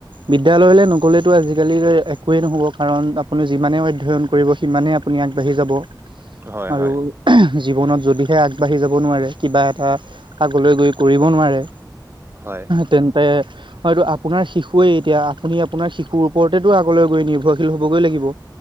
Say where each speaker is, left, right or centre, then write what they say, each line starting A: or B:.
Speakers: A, on the right (about 85°); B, on the right (about 30°).
A: বিদ্যালয়লৈ নগ'লে টো, আজিকালি একোৱে নহ'ব কাৰণ আপুনি যিমানে অধ্যয়ন কৰিব, সিমানেই আপুনি আগবাঢ়ি যাব।
B: হয়
A: আৰু
B: হয়
A: জীৱনত যদিহে আগবাঢ়ি যাব নোৱাৰে, কিবা এটা আগলৈ গৈ কৰিব নোৱাৰে,
B: হয়
A: তেন্তে হয়তটো আপোনাৰ শিশুৱে এতিয়া আপুনি আপোনাৰিশুৰ ওপৰতেতটো আগলৈ গৈ নিৰ্ভৰ হবগৈ লাগিব